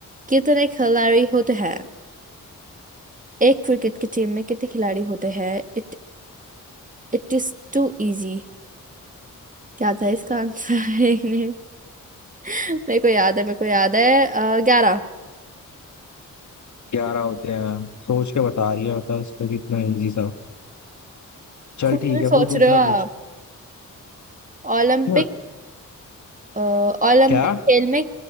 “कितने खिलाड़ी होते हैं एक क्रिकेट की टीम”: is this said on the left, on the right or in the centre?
Right